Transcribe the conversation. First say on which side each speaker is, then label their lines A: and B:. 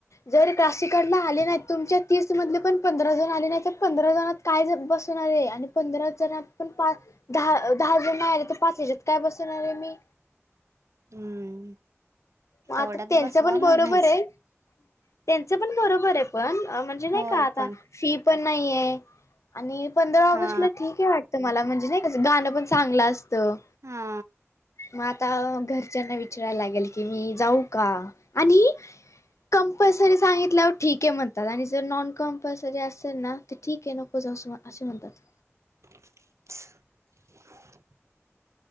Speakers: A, on the left (about 80°); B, on the right (about 75°).
A: जर क्लासिकडन आले नाही तुमच्या तीस मधले पण पंधरा जण आले नाही तर पंधरा जण काय बसणार आहे आणि पंधरा जण पण पा दहा दहा जण आले तर पाच ह्याच्यात काय बसवणार आहे मी
B: हम्म
A: मग आता
B: तेवढ्यात
A: त्यांच
B: बसवा
A: पण बरोबर
B: म्हणायचं
A: आहे. त्यांच पण बरोबर आहे पण म्हणजे नाही
B: होय
A: का आता
B: पण
A: फी पण नाहीये आणि पंधरा ऑगस्ट
B: हा
A: ला ठीक आहे वाट- -त मला म्हणजे नाही कसं गाणं पण चांगलं असतं.
B: हा
A: मग आता घरच्यांना विचारायला लागेल की मी जाऊ का आणि कंपल्सरी सांगितल्या ठीक आहे म्हणतात आणि जर नॉन कमपलसरी असेल ना तर ठीक आहे नको जाऊ असं असे म्हणतात.
B: <unintelligible>